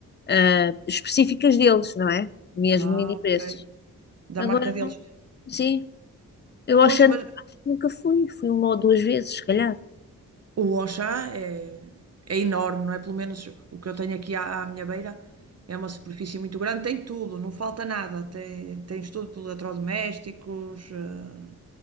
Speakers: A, on the left; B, on the right.
A: ah, específicas deles, não é? Mesmo
B: Ah,
A: Mini Preços.
B: ok. Da
A: Agora
B: marca deles.
A: não, sim. Eu achando,
B: Pois, mas
A: acho que nunca fui, fui uma ou duas vezes, se calhar.
B: O Auchan é, é enorme, não é? Pelo menos o que eu tenho aqui à, à minha beira é uma superfície muito grande, tem tudo, não falta nada. Tem, tens tudo, de eletrodomésticos, eh,